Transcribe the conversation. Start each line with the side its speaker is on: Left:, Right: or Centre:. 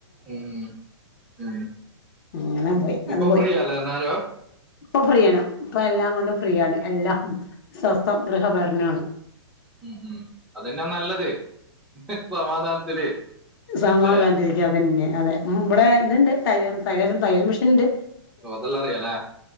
Centre: ഉും ഉം
Left: അങ്ങനെ പോയി
Centre: ഇപ്പൊ
Left: അത് പോയി
Centre: ഫ്രീയാലാ ന്നാരോ
Left: ഇപ്പൊ ഫ്രീയാണ്. ഇപ്പ എല്ലാം കൊണ്ടും ഫ്രീയണ്. എല്ലാം അും സ്വസ്ഥം ഗൃഹഭരണാണ്.
Centre: ഉം ഉം അതെന്നാ നല്ലത് ഹെ സമാധാനത്തില്
Left: സമാധാണ്ടിരിക്കപിന്നെ
Centre: ല്ലെ
Left: അതെ മ്മ് ഇവിടെ ഇതുണ്ട് തൈ തയലരം തയ്യൽ മെഷീൻ ഉണ്ട്.
Centre: ഓ തല്ലറിയാല്ലേ